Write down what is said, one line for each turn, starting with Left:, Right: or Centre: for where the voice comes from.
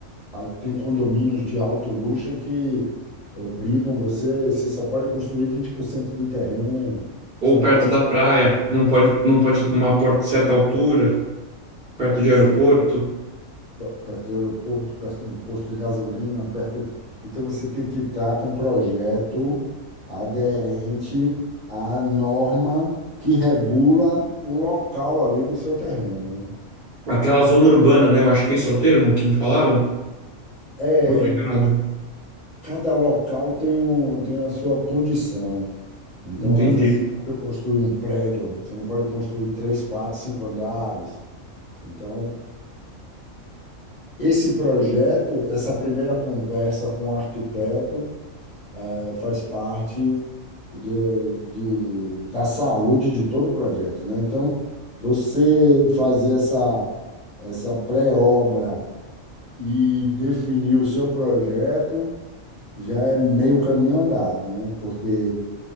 Left: Ah, Tem condomínios de alto luxo que obrigam você, você só pode construir 20% do terreno. Você
Right: Ou
Left: não
Right: perto
Left: pode,
Right: da praia, não pode, não pode numa porta, certa altura, perto
Left: pois
Right: de aeroporto.
Left: é, p- perto do aeroporto, perto de posto de gasolina, perto. Então você tem que estar com um projeto aderente à norma que regula o local ali do seu terreno, né?
Right: Aquela zona urbana, né? Eu acho que esse é o termo que me falaram.
Left: É,
Right: Eu tô enganado.
Left: cada local tem, um, tem a sua condição. Então,
Right: Entendi.
Left: às vezes, você não pode construir um prédio, você não pode construir três, quatro, cinco andares. Então, esse projeto, essa primeira conversa com o arquiteto, eh, faz parte de, de- da saúde de todo o projeto, né? Então, você fazer essa, essa pré-obra e definir o seu projeto já é meio caminho andado, né? Porque